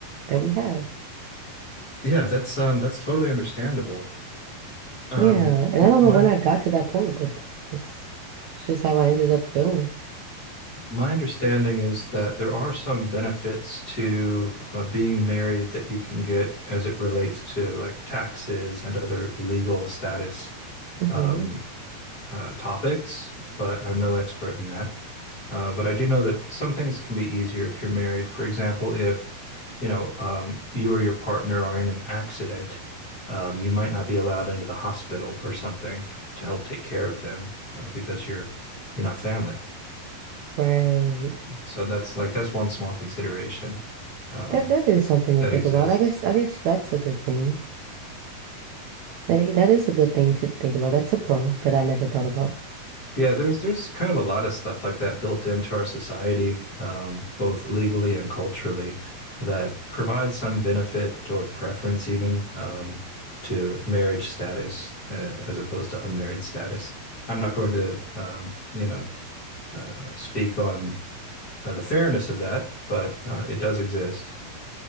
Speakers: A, on the right; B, on the left.
A: that we have.
B: Yeah, that's um that's totally understandable. Um
A: Yeah. And I don't
B: my
A: know when I got to that point, but it's it's just how I ended up feeling.
B: My understanding is that there are some benefits to uh, being married that you can get as it relates to like taxes and other legal status
A: hmm
B: um, uh, topics, but I'm no expert in that. Uh, but I do know that some things can be easier if you're married. For example, if you know um, you or your partner are in an accident, um, you might not be allowed into the hospital or something to help take care of them uh, because you're you're not family.
A: Right.
B: So that's like that's one small consideration um,
A: That that is something to
B: that
A: think
B: exists.
A: about. I guess I guess that's a good thing. That, that is a good thing to think about. That's a pro that I never thought about.
B: Yeah, there's there's kind of a lot of stuff like that built into our society, um, both legally and culturally, that provides some benefit or preference even um, to marriage status uh, as opposed to unmarried status. I'm not going to um, you know uh, speak on uh, the fairness of that, but uh, it does exist.